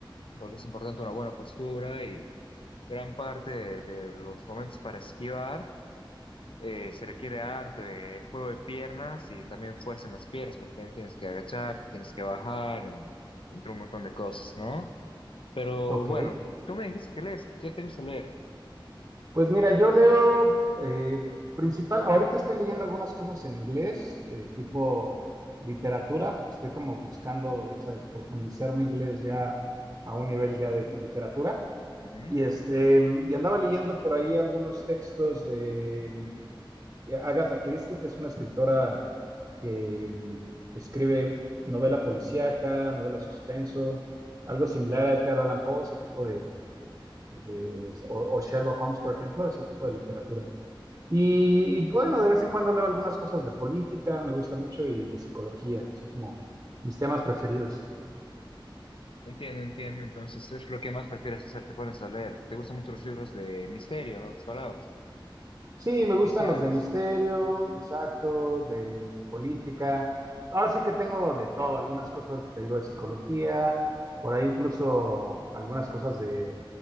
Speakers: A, on the left (about 80°); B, on the right (about 30°).
A: porque es importante una buena postura y gran parte de, de los momentos para esquivar eh, se requiere harto de juego de piernas y también fuerza en las piernas, porque también tienes que agachar, tienes que bajar, en- entre un montón de cosas, ¿no? Pero
B: Ok.
A: bueno, tú me dijiste que lees. ¿Qué te gusta leer?
B: Pues mira, yo leo eh, principal, ahorita estoy leyendo algunas cosas en inglés, eh, tipo literatura, porque estoy como buscando, ya sabes, profundizar mi inglés ya a un nivel ya de literatura.
A: Ujú.
B: Y este, y andaba leyendo por ahí algunos textos de mm, Agatha Christie, que es una escritora que mm, escribe novela policíaca, novela de suspenso, algo similar a Edgar Allan Poe, ese tipo de, de o, o, Sherlock Holmes, por ejemplo, ese tipo de literatura. Y, y, bueno, de vez en cuando leo algunas cosas de política, me gusta mucho, y de psicología, que son como mis temas preferidos.
A: Entiendo, entiendo. Entonces, es lo que más prefieres hacer. Te pones a leer. Te gustan mucho los libros de misterio, en otras palabras.
B: Sí,
A: O
B: me
A: policiales.
B: gustan los de misterio, exacto, de política. Ahora sí que tengo de todo, algunas cosas, te digo, de psicología, por ahí incluso algunas cosas de